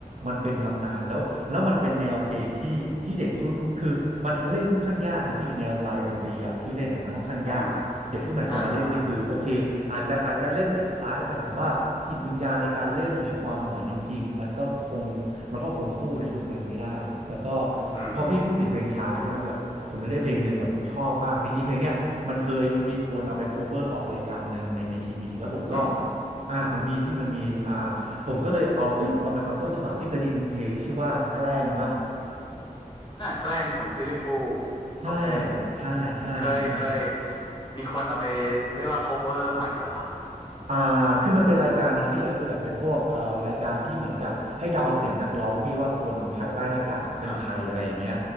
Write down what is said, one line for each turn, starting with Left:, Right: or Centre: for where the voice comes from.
Right: มันเป็นตำนานแล้วแล้วมันเป็นแนวเพลงที่ที่เด็กรุ่นคือมันเล่นค่อนข้างยากนะพี่แนวลายดนตรีอะที่เล่นอะมันค่อนข้างยาก
Left: อ่า
Right: เด็กรุ่นใหม่จะมาเล่นนี่คือโอเคอาจจะอาจจะเล่นได้คล้ายแต่ถามว่าจิตวิญญาณในการเล่นหรือความเหมือนจริงๆมันก็คงมันก็คงสู้ในยุคนั้นไม่ได้แล้วก็
Left: อ่าอ่าอืม
Right: พอพี่พูดถึงเพลงช้าใช่ไหมแบบผมนึกได้เพลงหนึ่งแบบผมชอบมากจริงๆเพลงเนี้ยมันเคยมีคนเอาไปโคเวอร์ออกรายการหนึ่งในในทีวีแล้วผมก็
Left: อืม
Right: อ่ามันมีพี่มันมีอ่าผมก็เลยเอาเอ้ยเราไปฟังต้นฉบับพี่เคยได้ยินเพลงที่ชื่อว่าแกล้งป่ะ
Left: อ่าแกล้งของซิลลิฟู
Right: ใช่
Left: โอเค
Right: ใช่ใช่ใช่
Left: เคยเคยมีคนเอาไปเรียกว่า cover ใหม่เหรอ
Right: อ่าคือมันเป็นรายการหนึ่งพี่ก็คือแบบเป็นพวกเอ่อรายการที่เหมือนกับให้เดาเสียงนักร้องพี่ว่าคนภายใต้หน้ากากอะเป็นใครอะไรอย่างเงี้ย
Left: ครับ